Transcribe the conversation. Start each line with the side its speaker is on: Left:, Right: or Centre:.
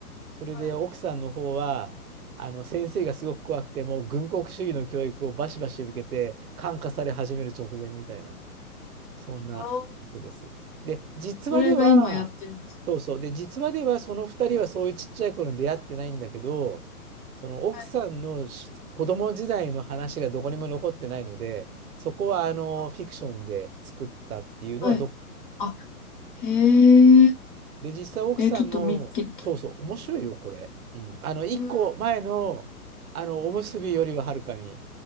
Right: それで奥さんの方は、
Left: はい。
Right: あの先生がすごく怖くて、もう軍国主義の教育をバシバシ受けて、感化され始める直前みたいな。そんなことです。
Left: あー
Right: で、実話では、
Left: それが今やってるんです。
Right: そうそう。で、実話ではその2人はそういうちっちゃい頃に出会ってないんだけど、その奥さんのし子供時代の話がどこにも残ってないので、
Left: はい。
Right: そこはあのフィクションで作ったっていうのはどっか。
Left: あーはい。あ、へえ。
Right: で、実際奥さんも、
Left: えー、ちょっと見てみたい。
Right: そうそう、面白いよ、これ。うん。あの、1個前の、
Left: うん。
Right: あの、おむすびよりははるかに